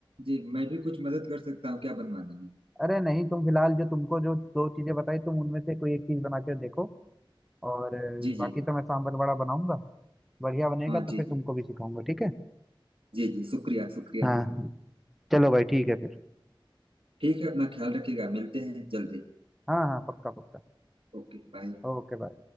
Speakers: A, on the right (about 75°); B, in the centre.
A: जी मैं भी कुछ मदद कर सकता हूँ क्या बनवाने में
B: अरे नहीं तुम फिलहाल जो तुमको जो दो चीजें बताई तुम उनमें से कोई एक चीज बना के देखो और अ,
A: जी
B: बाकी
A: जी
B: तो मैं सांभर वड़ा बनाऊंगा बढ़िया बनेगा
A: हाँ
B: तो
A: जी
B: फिर
A: जी
B: तुमको भी सिखाऊंगा ठीक है
A: जी जी शुक्रिया शुक्रिया
B: हाँ चलो भाई ठीक है फिर
A: ठीक है अपना ख्याल रखिएगा मिलते हैं जल्दी
B: हाँ हाँ पक्का पक्का
A: Okay bye
B: Okay bye